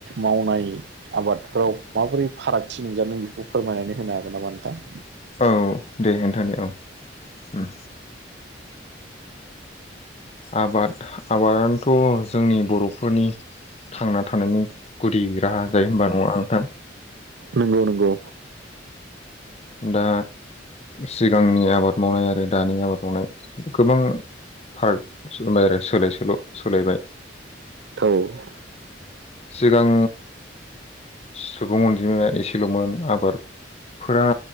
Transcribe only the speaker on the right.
मावनाय आबाद फोराव माबोरै फारागथि नुजादों बेखौ फोरमायनानै होनो हागोन नामा नोंथां?
नंगौ नंगौ
थावै <unintelligible>